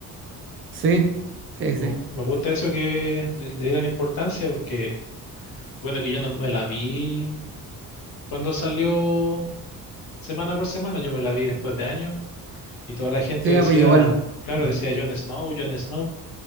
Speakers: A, on the right; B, on the left.
A: Sí, sí,
B: Me,
A: sí.
B: me gusta eso que le, le dieran importancia porque, bueno, que yo no me la vi cuando salió Semana por semana yo me la vi después de años y toda la gente
A: Sí,
B: decía,
A: ah, pues igual.
B: claro,
A: Mm.
B: decía
A: <laughs>
B: Jon Snow, Jon Snow,